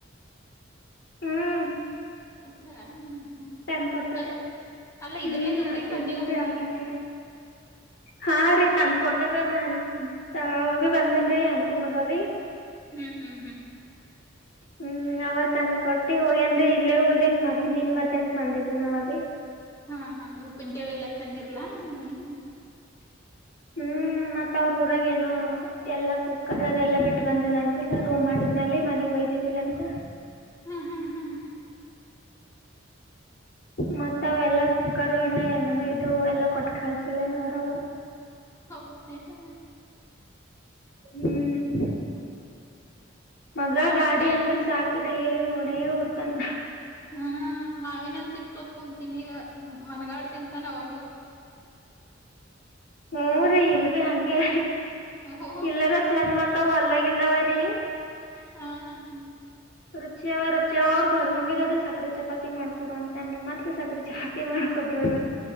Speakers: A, on the left; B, on the left.
A: ಹ್ಮ್
B: <unintelligible>
A: ತಂದ ಕೊಟ್ಟಾರ
B: ಅಲ್ ಅಲ್ಲ ಇದ್ರಲಿಂದ
A: ಹ್ಮ್
B: ಊರಿಂದ
A: ಆತಿದ್ದನ್
B: ಬಂದಿವು
A: ರೀ ಅ ಹಾ ರೀ ತಂದ ಕೊಟ್ಟಾರ ಮನ್ ಅವ ಭ ಬಂದಲ್ರಿ ಆಂಟಿ ಮಗ ಭೀ
B: ಹ್ಮ್ ಹ್ಮ್ ಹ್ಮ್
A: ಹ್ಮ್ ಅವತ್ಂದಕಟ್ಟಿ ಹೋಗ್ಯಂದ್ರ ಇಲ್ಲೇ ಉಳ್ದೇನ್ ಮದ್ ನಿನ್ ಮದ್ ಏನು ಬಂದಿದ್ದು ನಾವು ಅಬಿ
B: ಆ ಉಪ್ಪಿನಕಾಯಿ ವಿಲ್ಲ ಬಂದಿಲ್ಲ ನೀ
A: ಹ್ಮ್ ಮತ್ತ ಅವ್ರ ಊರಾಗ ಏನೋ ಎಲ್ಲಾ ಕುಕ್ಕರ್ ಅದೆಲ್ಲ ಬಿಟ್ಟ ಬಂದಿರಂತಿಲ್ಲ ರೂಮ್ ಮಾಡುದ್ಮೇಲೆ ಮನಗ್ ಒಯ್ದಿದ್ದಿಲ್ಲ ಅಂತ
B: ಹ್ಮ್ ಹ್ಮ್ ಹ್ಮ್
A: ಮತ್ತ ಅವೆಲ್ಲಾ ಕುಕ್ಕರ್ ಇನ್ನ ಏನೇನೋ ಇದದು ಎಲ್ಲಾ ಕೊಟ್ ಕಳ್ಸಳೇನ ಅವ್ರವ
B: ಹೌದೇನೋ
A: ಹ್ಮ್ ಮಗ
B: ಮಾವಿನಕಾಯಿ
A: ಗಾಡಿ ಅಂದ್ರ ಸಾಕ ರೀ ಓಡೇ ಒಡ್ತಾನೆ
B: ಹ್ಮ ಮಾವಿನಾನ ತಿನ್ಕೋದ ಕುಂತೀನಿ ಈಗ ಮನಗಾಡ್ ತಿಂತಾನ ಅವನು
A: ಊರಿ ಇಲ್ಬಿ ಅಂಗೆ
B: ಓಹೋ
A: ಇಲ್ಲದ ಚಂದ್ ಮತ್ ಹೊಲ್ಲಾಗಿ ಎಂದವ್ರ
B: ಹಾ ಹಾ ಹ
A: ರುಚಿಯ ಅವ ರುಚಿಯ ಅವ್ರ ದೊಡ್ಡ ಮಮ್ಮಿಗೆ ಅದ ಸಕರೆ ಚಪಾತಿ ಮಾಡ್ಕೊಡು ಅಂತನ್ರಿ ಮತ್ತ ರೊಟ್ಟಿ ಮಾಡಿ ಕೊಟ್ಟು ಹೋದ್ರು